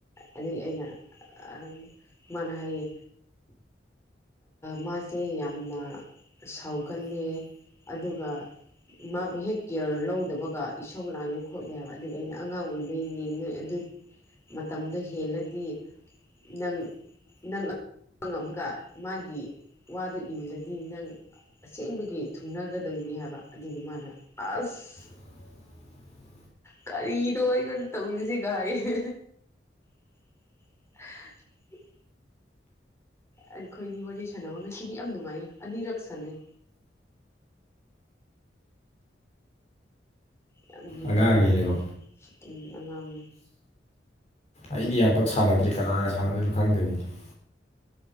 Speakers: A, on the left (about 15°); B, on the left (about 40°).
A: ꯑꯗꯨꯏ ꯑꯩꯅ ꯑꯥ ꯃꯥꯅ ꯍꯥꯏꯌꯦ꯫ ꯃꯥꯁꯦ ꯌꯥꯝꯅ ꯁꯥꯎꯒꯜꯂꯤ ꯑꯗꯨꯒ ꯃꯥꯕꯨ ꯍꯦꯛ ꯀꯦꯌꯔ ꯂꯧꯗꯕꯒ ꯏꯁꯧ ꯂꯥꯡꯉꯦ ꯈꯣꯠꯂꯦ ꯍꯥꯏꯕ ꯑꯗꯨꯗꯤ ꯑꯩꯅ ꯑꯉꯥꯡ ꯑꯣꯏꯕꯩꯅꯦ ꯅꯣꯏ ꯑꯗꯨ ꯃꯇꯝꯗꯣ ꯍꯦꯜꯂꯗꯤ ꯅꯪ ꯅꯪ ꯉꯝꯃꯒ ꯃꯥꯒꯤ ꯋꯥꯗꯨ ꯏꯜꯂꯗꯤ ꯅꯪ ꯑꯁꯦꯡꯕꯒꯤ ꯊꯨꯡꯅꯒꯗꯕꯅꯤ ꯍꯥꯏꯕ ꯑꯗꯨꯒꯤ ꯃꯥꯅ ꯑꯁ
B: <unintelligible>
A: ꯀꯔꯤꯅꯣ ꯑꯩꯉꯣꯟꯗ ꯇꯧꯔꯤꯖꯦꯒꯥ ꯍꯥꯏꯌꯦ <unintelligible> ꯑꯩꯈꯣꯏꯅꯤ ꯋꯥꯔꯤ ꯁꯥꯟꯅꯕ ꯉꯁꯤꯗꯤ ꯌꯥꯝ ꯅꯨꯡꯉꯥꯏꯌꯦ ꯑꯅꯤꯔꯛ ꯁꯥꯅꯩ ꯌꯥꯝ
B: ꯑꯉꯥꯡꯅꯤꯅꯀꯣ
A: ꯀꯩꯅꯣ ꯇꯥꯏ ꯑꯉꯥꯡꯅꯤ
B: ꯑꯩꯗꯤ ꯌꯥꯝ ꯄꯛ ꯁꯥꯟꯅꯗ꯭ꯔꯦ ꯀꯅꯥꯒ ꯁꯥꯟꯅꯗꯣꯏꯅꯣ ꯈꯪꯗꯕꯤꯅꯤ